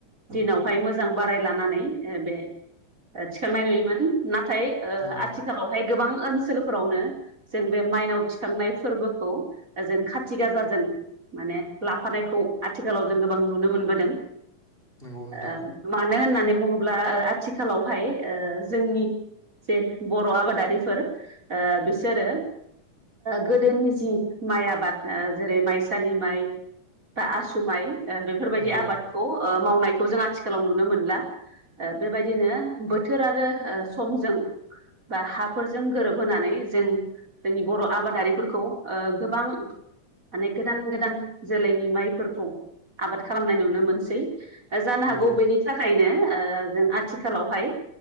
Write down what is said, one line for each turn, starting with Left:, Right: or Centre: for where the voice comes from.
Right: दिनावहाय मोजां बाराय लानानै बे थिखांनाय नुयोमोन नाथाय ओ आथि
Left: नंगौ
Right: आथिखालावहाय गोबां ओनसोलफोरावनो जों बे माइनाव थिखांनाय फोरबोखौ जों खाथि थि गासाजों माने लाफानायखौ आथिखालाव जों गोबां नुनो मोनबोदों
Left: नंगौ नोंथां
Right: ओ मानो होननानै बुङोब्ला ओ आथिखालावहाय ओ जोंनि जे बर' आबादारिफोर ओ बिसोरो गोदोनि जि माइ आबाद ओ जेरै माइसालि माइ बा आसु माइ बेफोरबायदि
Left: नंगौ
Right: आबाद मावनायखौ जों आथिखालाव नुनो मोनला ओ बेबायदिनो बोथोर आरो ओ समजों बा हाफोरजों गोरोबहोनानै जों जोंनि बर' आबादारिफोरखौ गोबां माने गोदान गोदान जोलैनि माइफोरखौ आबाद खालामनाय नुनो मोनसै जानो
Left: नंगौ
Right: हागौ बेनि थाखायनो जों आथिखालावहाय